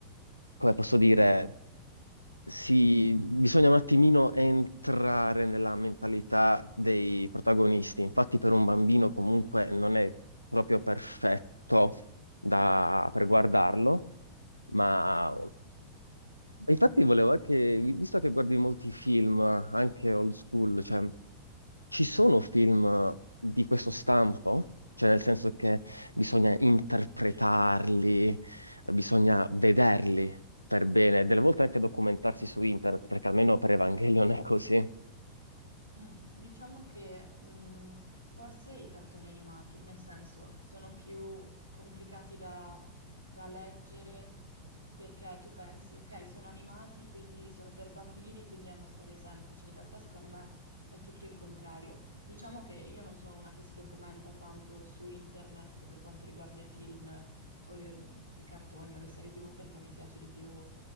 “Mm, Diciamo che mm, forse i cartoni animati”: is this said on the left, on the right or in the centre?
Right